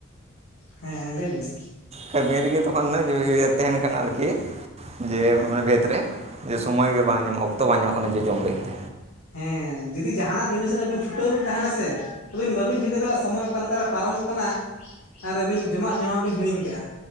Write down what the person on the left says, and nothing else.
ᱦᱮᱸ ᱞᱟᱹᱭ ᱵᱤᱱ᱾
ᱦᱮᱸ ᱡᱩᱫᱤ ᱡᱟᱦᱟᱱᱟᱜ ᱡᱤᱱᱤᱥ ᱨᱮ ᱟᱹᱵᱤᱱ ᱪᱷᱩᱴᱟᱹᱣ ᱵᱤᱱ ᱛᱟᱦᱮᱱᱟ ᱥᱮ, ᱟᱹᱵᱤᱱ ᱵᱟᱹᱵᱤᱱ ᱴᱷᱤᱠᱟᱹ ᱫᱟᱲᱮᱭᱟᱜᱼᱟ ᱥᱚᱢᱚᱭ ᱚᱠᱟ ᱞᱮᱠᱟᱨᱮ ᱯᱟᱨᱚᱢᱚᱜ ᱠᱟᱱᱟ ᱟᱨ ᱟᱹᱵᱤᱱ ᱡᱚᱢᱟᱜ ᱧᱩᱣᱟᱜ ᱦᱚᱸᱵᱤᱱ ᱦᱤᱲᱤᱧ ᱠᱟᱜᱼᱟ